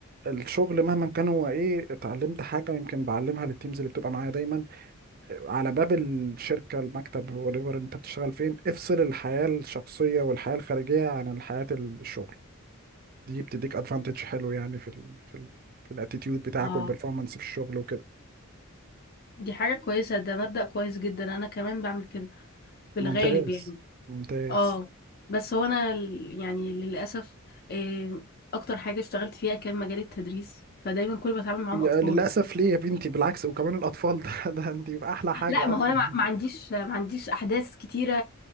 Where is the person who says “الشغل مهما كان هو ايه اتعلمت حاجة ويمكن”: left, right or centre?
Right